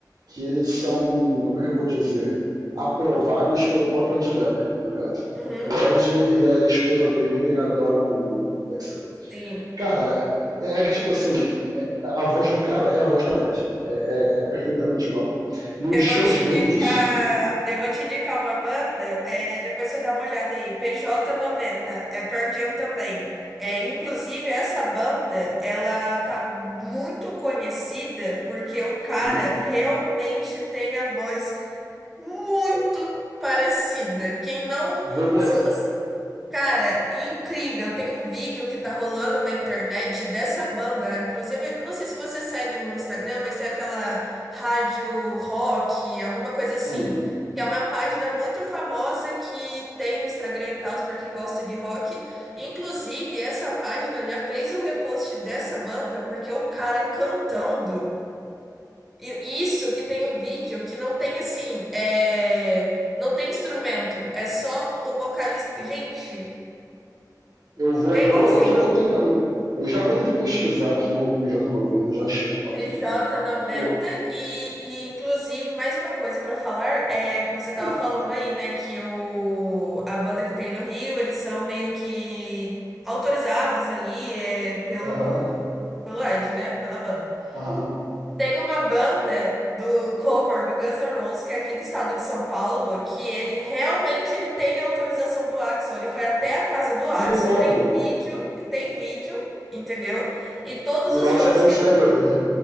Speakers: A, on the right (about 60°); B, in the centre.
A: que eles são, como é que eu vou dizer, aprovados pelo próprio Ed Vedder, no caso.
B: Uhum,
A: O Ed e a esposa dele adoram Black Circle.
B: sim.
A: Cara, é é que tipo assim, é- a voz do cara é a voz do Ed. É, é, é perfeitamente igual. E os
B: Eu
A: shows
B: vou te indicar,
A: deles,
B: eu vou te indicar uma banda, é, depois você dá uma olhada aí, pj noventa é Pearl Jam também. É, inclusive, essa banda, ela tá muito conhecida porque o cara
A: hum,
B: realmente tem a voz muito parecida. Quem não,
A: vou, vou,
B: se você Cara, incrível! Tem um vídeo que tá rolando na internet dessa banda. Inclusive, não sei se você segue no Instagram, mas tem aquela rádio rock, alguma coisa
A: sim,
B: assim. Que é uma página muito famosa que tem no Instagram e tal, pra quem gosta de rock. Inclusive, essa página já fez o repost dessa banda, porque o cara cantando. E isso que tem um vídeo que não tem assim. É... Não tem instrumento, é só o vocalista. Gente.
A: eu vou,
B: É
A: eu
B: igualzinho.
A: vou, eu já voltei para eu já voltei para pesquisar aqui o PJ90, eu já achei a página
B: pj
A: deles.
B: noventa
A: Eu,
B: e, e inclusive mais uma coisa pra falar é que você tava
A: hum,
B: falando aí, né, que o a banda que tem no Rio, eles são meio que autorizados ali é, pelo
A: aham,
B: pelo Ed, né, pela banda.
A: aham.
B: Tem uma banda do cover do Guns N' Roses que é aqui do estado de São Paulo, que ele realmente ele tem autorização do Axl, ele foi até a casa do
A: Que
B: Axl,
A: irado.
B: tem vídeo, tem vídeo, entendeu? E todos
A: E o
B: os
A: Axel
B: shows
A: abençoando
B: que
A: ele.